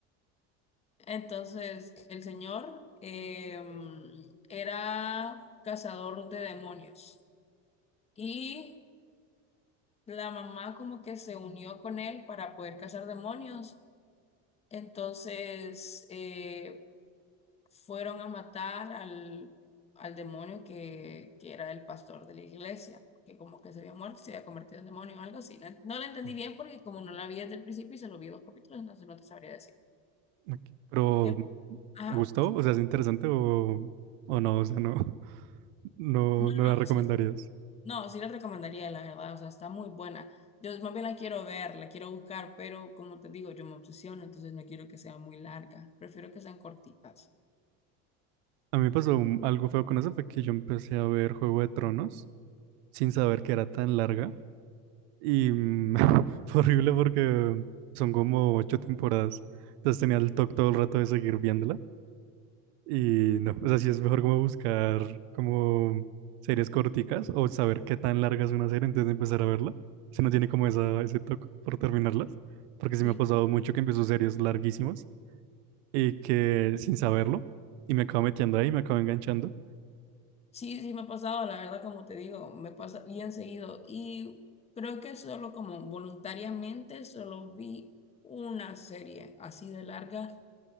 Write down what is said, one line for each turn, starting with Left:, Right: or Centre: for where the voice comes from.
Left: Entonces, el señor eh, mm, era cazador de demonios y la mamá como que se unió con él para poder cazar demonios. Entonces, eh, fueron a matar al, al demonio que, que era el pastor de la iglesia, que como que se había muerto, y se había convertido en demonio o algo así. No, no lo entendí
Right: Ok,
Left: bien porque como no la vi desde el principio y se lo vi dos capítulos, entonces no te sabría decir.
Right: ok. Pero,
Left: El-
Right: mm,
Left: ajá,
Right: ¿te gustó?
Left: des-
Right: O sea, ¿es interesante o, o no? O sea, no, <laughs> no,
Left: no,
Right: no
Left: no,
Right: la recomendarías.
Left: o sea, no, sí la recomendaría, la verdad, o sea, está muy buena. Yo más bien la quiero ver, la quiero buscar, pero como te digo, yo me obsesiono, entonces no quiero que sea muy larga, prefiero que sean cortitas.
Right: A mí me pasó mm, algo feo con eso, fue que yo empecé a ver Juego de Tronos sin saber que era tan larga. Y mm, <laughs> fue horrible porque son como ocho temporadas. Entonces tenía el toque todo el rato de seguir viéndola. Y no, o sea, sí es mejor como buscar como series corticas o saber qué tan larga es una serie antes de empezar a verla. Si no tiene como esa, ese toque por terminarlas. Porque sí
Left: Sí.
Right: me ha pasado mucho que empiezo series larguísimas y que sin saberlo. Y me acabo metiendo ahí, me acabo enganchando.
Left: Sí, sí me ha pasado, la verdad, como te digo, me pasa bien seguido. Y creo que solo como voluntariamente solo vi una serie así de larga